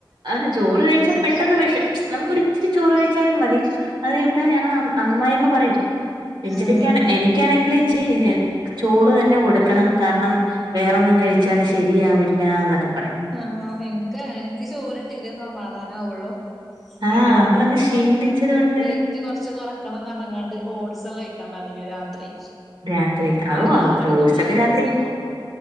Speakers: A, on the right; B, in the centre.
A: ആ ചോറ് കഴിച്ചാ പെട്ടെന്ന് വെശപ്പ് നമുക്കൊരിച്ചിരി ചോറ് കഴിച്ചാലും മതി അത് വിടെ ഞങ്ങളെ അമ്മായിഅമ്മ പറയും രഞ്ചിതക്കാണ്
B: ആഹ്
A: എനിക്കാ ണെങ്കില് ഇച്ചിരി ചോറ് തന്നെ കൊടുക്കണം കാരണം വേറൊന്നും കഴി ച്ചാല് ശരിയാവില്ലാന്നൊക്കെ പറയും
B: ആഹ് എനിക്കങ്ങനെ എനിക്ക് ചോറ് കിട്ടിയെങ്കിലെ സമാധാനാവൊള്ളൂ
A: ആഹ്
B: ഇന്നോടിത്
A: നമ്മളങ്ങ്
B: പോലെ
A: ശീലിച്ചത്
B: ഡോക്ടറ് വെയിറ്റ്
A: കൊണ്ട്
B: വെയിറ്റ് കൊറച്ച് കൊറക്കണംന്ന് പറഞ്ഞ്ങ്ങാണ്ട് ഓട്സ്റ്റൊക്കെ കഴിക്കാൻ പറഞ്ഞീനു രാത്രി
A: രാത്രിലെ
B: എന്നിട്ട്
A: ആഹ് ആ
B: ഞാനൊരു
A: ഓഡ്സൊക്കെ
B: നാല്
A: രാത്രി
B: ദിവസം പോ